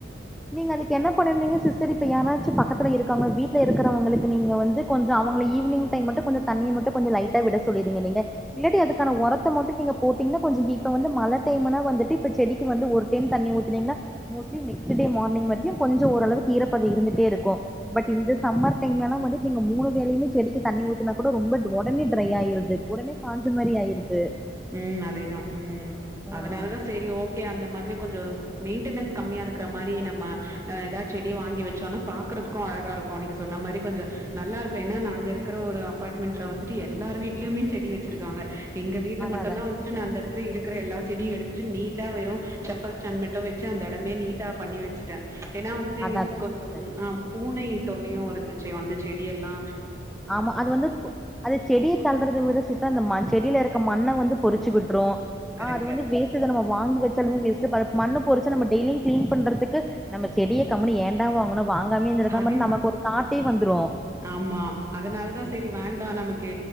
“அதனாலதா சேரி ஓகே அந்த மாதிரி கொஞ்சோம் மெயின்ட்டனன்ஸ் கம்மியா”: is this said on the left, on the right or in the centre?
Right